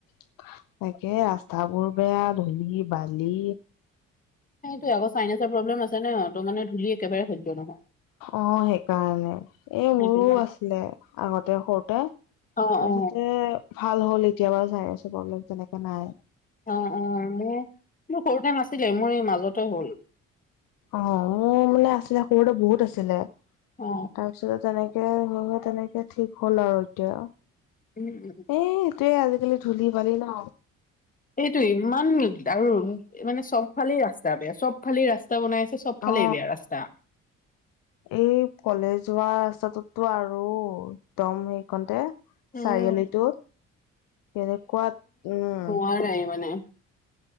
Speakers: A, on the left (about 60°); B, on the left (about 20°).
A: তাকে ৰাস্তাবোৰ বেয়া, ধূলি বালি।
B: সেইটোয়ে আকৌ, চাইনাচৰ প্ৰ'ব্লেম আছে ন', ত' মানে ধূলি একেবাৰে সহ্য নহয়।
A: অ', সেইকাৰণে। এই
B: সেইটো
A: মোৰো
B: কাৰণে
A: আছিলে, আগতে সৰুতে।
B: অ
A: তাৰপিছতে
B: অ
A: ভাল হ'ল এতিয়া বাৰু। চাইনাচৰ প্ৰব্লেম তেনেকে নাই।
B: অ' অ', মোৰ-মোৰ সৰুতে নাছিলে। মোৰ এই মাজতে হ'ল।
A: অ', মোৰ মানে আছিলে, সৰুতে বহুত আছিলে।
B: অ
A: তাৰপিছত তেনেকে <unintelligible> তেনেকে ঠিক হ'ল আৰু এতিয়া।
B: উম উম উম।
A: এই এইটোয়ে আজিকালি ধূলি বালি ন'?
B: এইটোয়েই, ইমান আৰু মানে চবফালেই ৰাস্তা বেয়া। চব খালি ৰাস্তা বনাই আছে, চব ফালেই
A: অ
B: বেয়া ৰাস্তা।
A: এই কলেজ হোৱা ৰাস্তাটোতটো আৰু, একদম সেইকণতে।
B: উম
A: চাৰিআলিটো, কেনেকুৱা, উম।
B: ইমানে ইমানে।